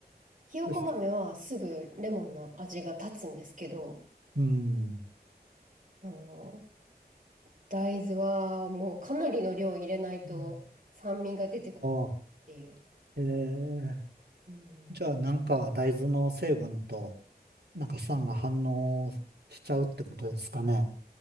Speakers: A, on the right (about 50°); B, on the right (about 75°).
A: ひよこ豆はすぐレモンの味が立つんですけど、
B: そうした。うん。
A: あの、大豆はもうかなりの量入れないと酸味が出てくるっ
B: うんああ、
A: ていう。
B: ええ
A: うん
B: じゃあなんか大豆の成分と、なんか酸が反応しちゃうってことですかね。